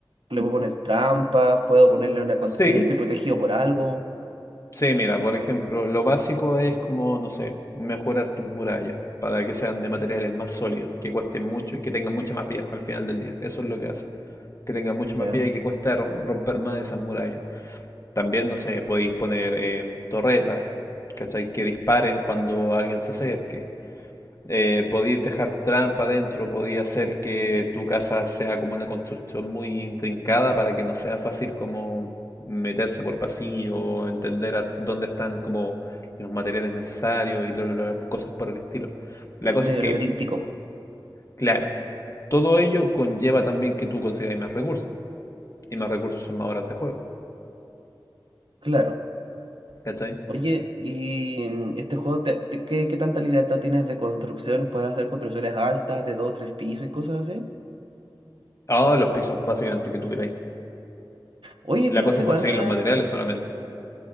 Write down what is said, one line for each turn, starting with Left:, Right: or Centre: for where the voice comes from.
Right: ¿Le puedo poner trampas? ¿Puedo ponerle una contraseña?
Left: Sí,
Right: ¿Estoy protegido por algo?
Left: Sí, mira, por ejemplo, lo básico es como, no sé, mejorar tus murallas para que sean de materiales más sólidos, que cuesten mucho y que tengan mucha más vida al final del día. Eso es lo que hace, que tengan mucha
Right: ¿Ya?
Left: más vida y que cueste rom- romper más esas murallas. También, no sé, podéis poner eh, torretas, ¿cachai? Que disparen cuando alguien se acerque. Eh, podéis dejar trampa dentro, podéis hacer que tu casa sea como una construcción muy intrincada para que no sea fácil como meterse por pasillo o entender as- dónde están como los materiales necesarios y bla, bla, bla, cosas por el estilo. La cosa
Right: Medio
Left: es que,
Right: ladríntico.
Left: claro, todo ello conlleva también que tú consigáis más recursos y más recursos son más horas de juego,
Right: Claro.
Left: ¿cachai?
Right: Oye, y mm, este juego, te- te- ¿qué, qué tanta libertad tienes de construcción? ¿Puedes hacer construcciones altas de dos, tres pisos y cosas así?
Left: Ah, los pisos básicamente que tú queráis.
Right: Oye,
Left: La
Right: pero
Left: cosa
Right: eso
Left: es
Right: igual
Left: conseguir
Right: me da...
Left: los materiales solamente.